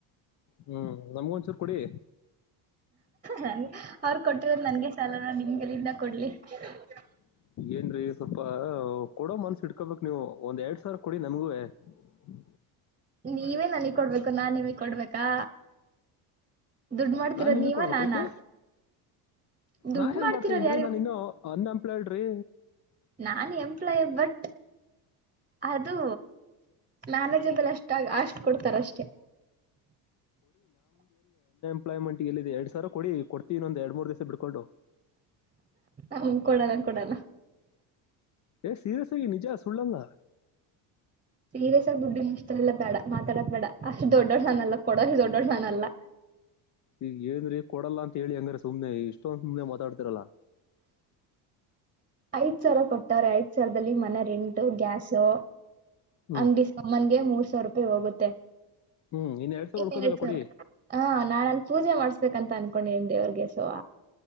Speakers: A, on the left (about 40°); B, on the right (about 20°).
A: ಹ್ಮ್ ನಮ್ಗೊಂಚೂರು ಕೊಡಿ
B: ನಂಗೆ ಅವ್ರು ಕೊಟ್ಟಿದರು ನಂಗೆ ಸಾಲನ ನಿಮ್ಗೆಲಿಂದ. <inaudible>
A: ಏನ್ರಿ ಸ್ವಲ್ಪ ಕೊಡೋ ಮನ್ಸ ಇಟ್ಕೊಬೇಕ್ ನೀವು ಒಂದ್ ಎರಡ್ ಸಾವಿರ ಕೊಡಿ ನಮಗೂವೆ. ಹ್ಮ್
B: ನೀವೇ ನನಗ್ ಕೊಡ್ಬೇಕು ನಾ ನೀವ ಕೊಡ್ಬೇಕಾ. ದುಡ್ಡು ಮಾಡ್ತಿರೋದ್
A: ನಾನ್ ನಿಮಗೆ
B: ನೀವ
A: ಕೊಡ್ಬೇಕು
B: ನಾನಾ
A: ಯಾಕೆ
B: ದುಡ್ಡು
A: ನಾ ಹೇ
B: ಮಾಡ್ತಿರೋದ್
A: ಮಾಡ್ತೇನ್
B: ಯಾರ್
A: ನಾನು ಇನ್ನು ಹನ್ನಪ <unintelligible> ಡ್ರಿ
B: ನಾನು ಎಂಪ್ಲಯ್ ಬಟ್ ಅದು ಮ್ಯಾನೇಜಬಲ್ ಅಷ್ಟ ಅಷ್ಟು ಕೊಡ್ತಾರ ಅಷ್ಟೆ.
A: ಎಂಲಾಯ್ಮಂಟ್ ಎಲ್ಲಿದೆ ಎರಡ್ ಸಾವರ ಕೊಡ್ತೀವ್ ಒಂದು ಎರಡು ಮೂರು ದಿವಸ ಬಿಡ್ಕೊಂಡು.
B: ಹ ಕೊಡೋಣ ಕೊಡೋಣ.
A: ಏ ಸೀರೆಸಾಗಿ ನಿಜ ಸುಳ್ಳಲ್ಲ.
B: ಸೀರಿಯಸ್ ಆಗ ಡ್ಡ ಇಷ್ಟಲ್ಲ ಬೇಡ ಮಾತಾಡೋದು ಬೇಡ ಅಷ್ಟ ದೊಡ್ಡಡ್ ನಾನ್ ಅಲ್ಲ ಕೊಡೋ ಅಷ್ಟ ದೊಡ್ಡೊಡ್ಡ ನಾನ್ ಅಲ್ಲ. <inaudible>
A: ಈಗ ಏನ್ರಿ ಕೊಡಲ್ಲ ಅಂತ ಹೇಳಿ ಹಂಗ್ರೆ ಸುಮ್ನೆ ಇಷ್ಟ ಸುಮ್ನೆ ಮಾತಾಡ್ತಿರಲ್ಲ.
B: ಐದ ಸಾವಿರ ಕೊಟ್ಟವ್ರ ಐದ ಸಾವಿರದಲ್ಲಿ ಮನೆ ರೆಂಟು ಗ್ಯಾಸು
A: ಹ್ಮ್
B: ಅಂಗಡಿ ಸಮನ್ಗೆ ಮೂರ್ ಸಾವಿರ ರೂಪಾಯಿ ಹೋಗುತ್ತೆ
A: ಹ್ಮ್ ಸಾವಿರ
B: ಇನ್
A: ಉಳ್ಕೋದಲ್ಲ
B: ಎರಡ್ ಸಾವಿರ
A: ಕೊಡಿ
B: ಹಾ ನಾನ್ ಪೂಜೆ ಮಾಡ್ಸ್ <unintelligible> ಅನ್ಕೊಂಡಿದೀನಿ ದೇವ್ರಗೆ ಸೊ